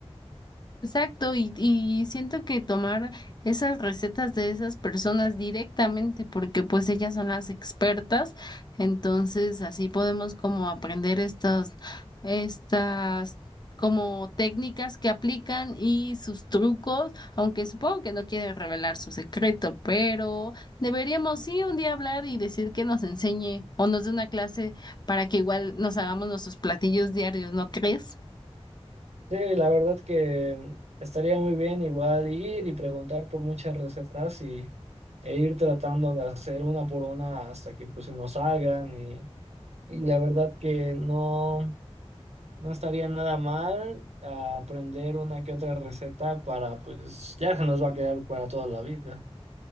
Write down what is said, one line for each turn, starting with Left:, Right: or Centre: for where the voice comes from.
Left: Exacto, y, y siento que tomar esas recetas de esas personas directamente, porque pues ellas son las expertas, entonces así podemos como aprender estas, estas como técnicas que aplican y sus trucos, aunque supongo que no quieren revelar su secreto, pero deberíamos sí un día hablar y decir que nos enseñe o nos dé una clase para que igual nos hagamos nuestros platillos diarios, ¿no crees?
Right: Sí, la verdad que mm, estaría muy bien igual ir y preguntar por muchas recetas y, e ir tratando de hacer una por una hasta que pues nos salgan y, y la verdad que no, no estaría nada mal aprender una que otra receta para pues ya se nos va a quedar para toda la vida.